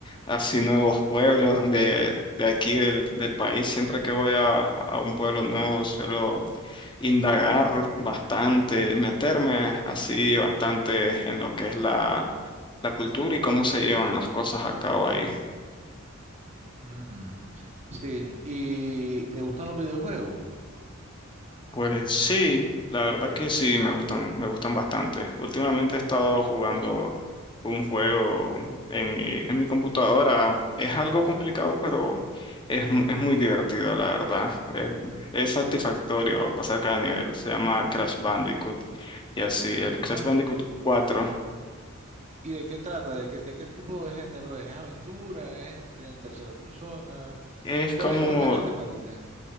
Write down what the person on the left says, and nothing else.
así nuevos pueblos de, de aquí del, del país. Siempre que voy a, a un pueblo nuevo suelo indagar bastante, meterme así bastante en lo que es la cultura y cómo se llevan las cosas a cabo ahí.
Pues sí, la verdad que sí, me gustan, me gustan bastante. Últimamente he estado jugando un juego en mi, en mi computadora. Es algo complicado, pero es, mu- es muy divertido, la verdad. Es, es satisfactorio pasar cada nivel. Se llama Crash Bandicoot y así, el Crash
Bandicoot cuatro
Es
como,